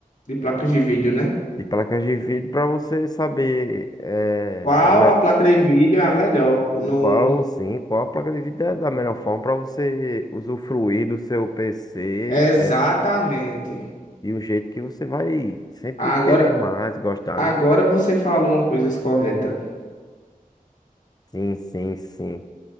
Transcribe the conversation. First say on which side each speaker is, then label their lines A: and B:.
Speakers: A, on the left; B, on the left.
A: de placas de vídeo, né?
B: De placas de vídeo para você saber eh,
A: Qual
B: da me-
A: a placa de vídeo é a melhor? No...
B: qual sim, qual a placa de vídeo é da melhor forma para você usufruir do seu PC
A: Exatamente.
B: E o jeito que você vai sempre
A: Agora,
B: querer mais, gostar,
A: agora
B: né?
A: você falou uma coisa correta.
B: Sim, sim, sim.